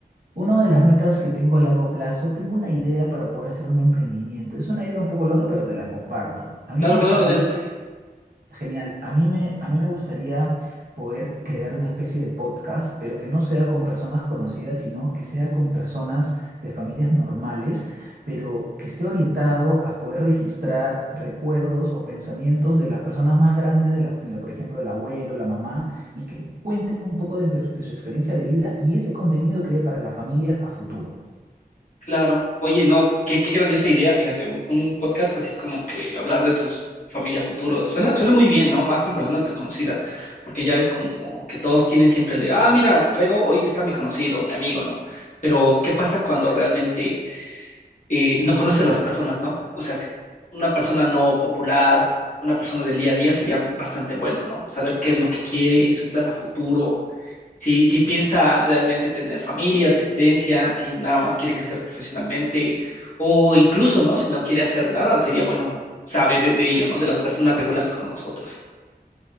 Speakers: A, on the right; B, on the left.
A: Una de las metas que tengo a largo plazo, tengo una idea para poder hacer un emprendimiento. Es una idea un poco loca, pero te la comparto. A mí
B: Claro,
A: me gustaría
B: claro, adelante.
A: Genial. A mí me, a mí me gustaría poder crear una especie de podcast, pero que no sea con personas conocidas, sino que sea con personas de familias normales, pero que esté orientado a poder registrar recuerdos o pensamientos de las personas más grandes de la familia, por ejemplo, el abuelo, la mamá, y que cuenten un poco desde- de su experiencia de vida y ese contenido quede para la familia a futuro.
B: Claro. Oye, no, qué, qué grandiosa idea, fíjate, un, un podcast así como que hablar de tus familia futuro. Suena, suena muy bien, ¿no? Más con personas desconocidas, porque ya ves como que todos tienen siempre el de, ah, mira, traigo, hoy está mi conocido, mi amigo, ¿no? Pero, ¿qué pasa cuando realmente eh, no conoces a las personas, ¿no? O sea, que una persona no popular, una persona del día a día sería bastante bueno, ¿no? Saber qué es lo que quiere, su plan a futuro, si, si piensa realmente tener familia, descendencia, si nada más quiere crecer profesionalmente o incluso, ¿no? Si no quiere hacer nada, sería bueno saber de, de ello, ¿no? De las personas regulares como nosotros.